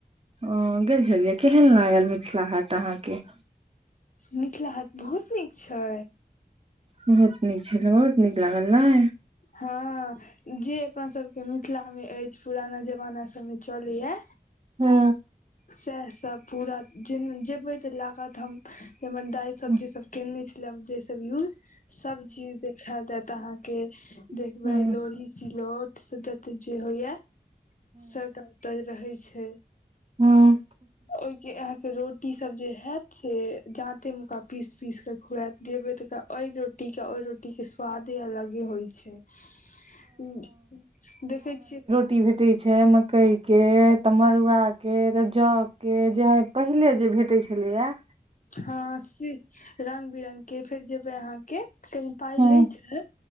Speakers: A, on the right (about 35°); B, on the left (about 50°).
A: ओ गेल छलिये केहन लागल मिथिला हाट अहाँके
B: मिथिला हाट बहुत नीक छै
A: बहुत नीक छै तऽ बहुत नीक लागल नै
B: हँ जे अपन सभके मिथिलामे अछि पुराना जमाना सभमे चलैये
A: हूँ
B: सैह सब पूरा जेना जेबै तऽ लागत हम जे हमर दाय सब
A: हूँ
B: जेसब केने छलै जे सब यूज सब चीज देखे देत अहाँके देखबै
A: हूँ
B: लोढ़ी सिलौट सदत जे होइये सबटा तऽ रहै छै
A: हूंम्म
B: ओहि के अहाँ के रोटी सब जे हैत से जांते मुका पीस पीस क खुएत जेबे तेका ओइ रोटी रोटीके ओइ रोटीके स्वादे अलगे होइ छै <unintelligible> देखै छियै
A: टी भेटै छै मकई के तऽ मड़ुआ के तऽ जौ के जे हइ पहिले जे भेटै छलैये।
B: हँ सी रंग बिरंग के फेर जेबै अहाँके कहीं पाइ
A: हूँ
B: लै छै